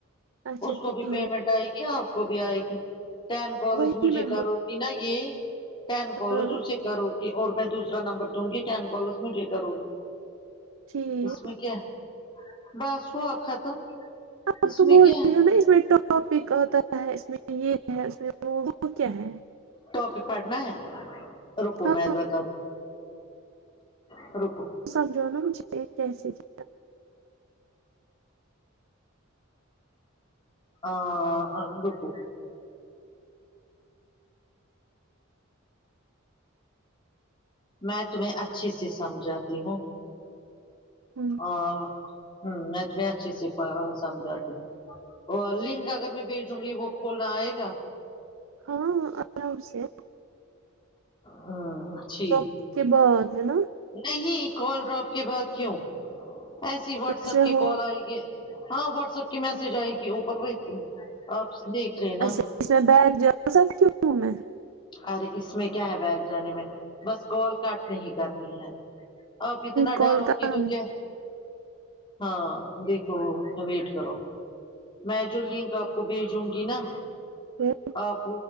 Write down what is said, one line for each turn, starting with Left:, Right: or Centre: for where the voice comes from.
Right: اچھا
Left: اس کو
Right: ٹھیک
Left: بھی پیمنٹ آئے گی آپ کو بھی آئے گی ٹین کالز
Right: وہی
Left: مجھے
Right: میں
Left: کرو گے نہ یے ٹین کول
Right: ہاں
Left: تو کرو گی اور میں دوسرا نمبر دوں گی ٹین کالز مجھے کرو گی
Right: ٹھیک
Left: اس میں کیا بس ہو آکھا تم
Right: آپ
Left: اس
Right: تو
Left: میں
Right: بول
Left: کیا
Right: رہی
Left: ہے
Right: ہو اس میں ٹاپک آتا ہے اس میں یے ہے اس میں وہ کیا ہے
Left: ٹاپیک پڑھنا ہے رکو
Right: ہاں
Left: میں بتا تی ہو رکو
Right: سمجھو نا مجھہے کیسے جا
Left: آ رکو میں تمہیں اچھی سی سمجھاتی ہوں
Right: ہوں
Left: اور ہہہ میں تو میں اچھے سے سمجھاتی ہوں اور لنک اگر میں بھیجوں گی وہ کھولنا آئے گا
Right: ہاں ہاں آرام سے
Left: ہ اچھی
Right: اس کے بعد ہےنا
Left: نہیں کال ڈراپ کے بعد کیوں ایسی واٹسپ
Right: اس میں
Left: کی
Right: ہو
Left: کال آئے گی ہاں واٹس ایپ کی میسج آئے گی اوپر وہ آپ دیکھ لے نا
Right: اچھا اس میں بیگ جا سکتی ہو میں
Left: ارے اس میں کیا ہے بیگ جانے میں بس کال کٹ نہیں کرنی ہے آپ اتنا
Right: کال
Left: ڈر وگی
Right: کہاں
Left: تو
Right: میں
Left: کے ہاں دیکھو ویٹ کرو میں جو لنک آپ کو بھیجوں گی نا
Right: پھر
Left: آپ